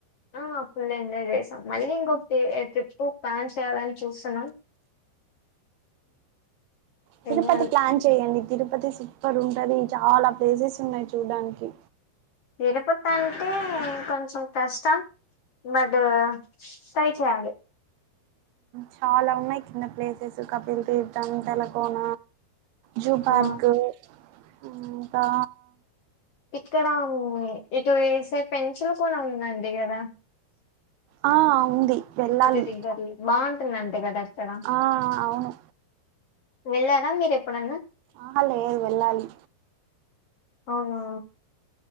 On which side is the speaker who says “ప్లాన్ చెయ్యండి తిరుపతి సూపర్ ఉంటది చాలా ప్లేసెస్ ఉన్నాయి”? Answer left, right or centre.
Right